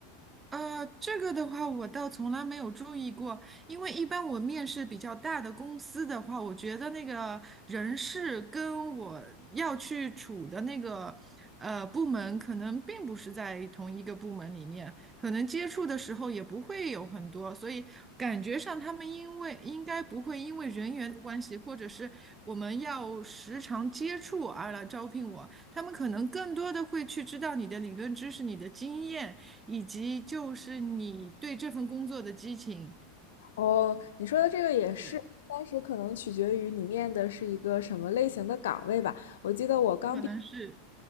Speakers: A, on the right (about 20°); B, on the left (about 60°).
A: 呃，这个的话，我倒从来没有注意过，因为一般我面试比较大的公司的话，我觉得那个人事跟我要去处的那个呃部门，可能并不是在同一个部门里面，可能接触的时候也不会有很多，所以感觉上他们因为应该不会因为人员的关系，或者是我们要时常接触而来招聘我，他们可能更多的会去知道你的理论知识、你的经验。以及就是你对这份工作的激情，
B: 哦，你说的这个也是，
A: 对，
B: 但是可能取决于你面的是一个什么类型的岗位吧。我记得我刚毕业
A: 可能是